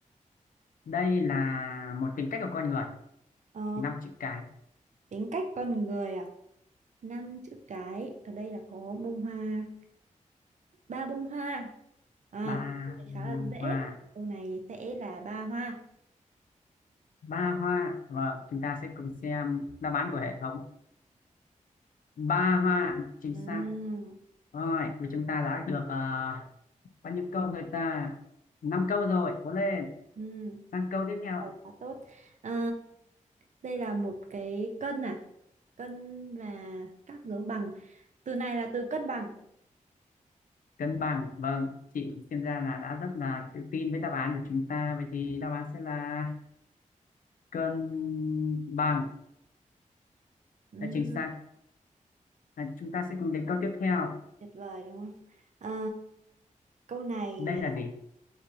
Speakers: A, on the left; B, on the right.
A: Đây là một tính cách của con người,
B: ờ,
A: năm chữ cái,
B: tính cách con người à năm chữ cái ở đây là có bông hoa ba bông hoa à,
A: ba
B: câu này khá là
A: mông
B: dễ
A: hoa,
B: câu này sẽ là ba hoa
A: ba hoa. Vâng, chúng ta sẽ cùng xem đáp án của hệ thống ba hoa chính
B: à,
A: xác rồi thì chúng ta đã được ờ, bao nhiêu câu rồi ta năm câu rồi cố lên
B: ừ,
A: sang câu tiếp theo
B: cái đầu
A: ạ
B: khá tốt à, đây là một cái cân à cân là các dấu bằng từ này là từ cân bằng
A: cân bằng vâng chị xem ra là đã rất là tự tin với đáp án của chúng ta vậy thì đáp án sẽ là cân bằng
B: Ừm,
A: là chính xác và chúng ta sẽ cùng đến câu tiếp theo
B: tuyệt vời đúng không? À, câu này
A: đây là gì